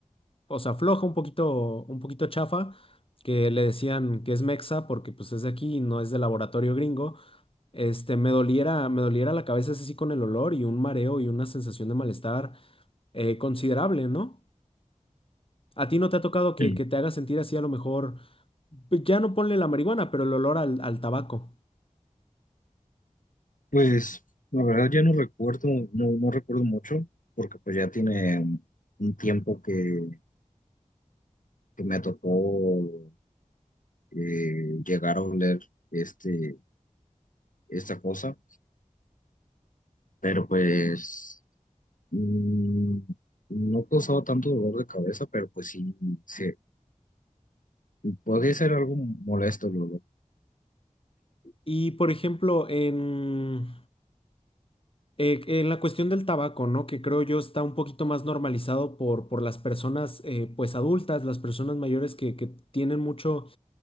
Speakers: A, on the left; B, on the left.
A: o sea, floja, un poquito, un poquito chafa, que le decían que es mexa porque pues es de aquí, y no es de laboratorio gringo. Este, me doliera, me doliera la cabeza así con el olor y un mareo y una sensación de malestar eh, considerable, ¿no? ¿A ti no te ha tocado que,
B: <clears throat>
A: que te haga sentir así a lo mejor, pues, ya no ponle la marihuana, pero el olor al, al tabaco?
B: Pues la verdad ya no recuerdo, no, no recuerdo mucho, porque pues ya tiene un tiempo que, que me tocó eh, llegar a oler este esta cosa, pero pues mm, no causaba tanto dolor de cabeza, pero pues sí, sí, podría ser algo molesto, el
A: Y por ejemplo, en, eh, en la cuestión del tabaco, ¿no? Que creo yo está un poquito más normalizado por, por las personas eh, pues adultas, las personas mayores que, que tienen mucho